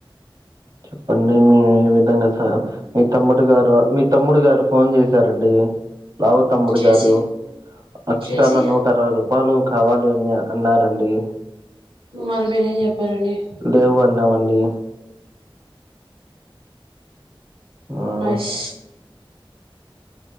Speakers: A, on the right (about 45°); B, on the right (about 85°).
A: చెప్పండి మీ ఈ విధంగా సా మీ తమ్ముడుగారు మీ తమ్ముడు గారు ఫోన్ చేసారండి లావు తమ్ముడు
B: చేసి
A: గారు అక్షరాల
B: చేసి
A: నూట అరవై రూపాలు కావాలి అని అన్నారండీ.
B: మరి మీరేం చెప్పారండి.
A: లేవు అన్నామండి. మ్
B: నష్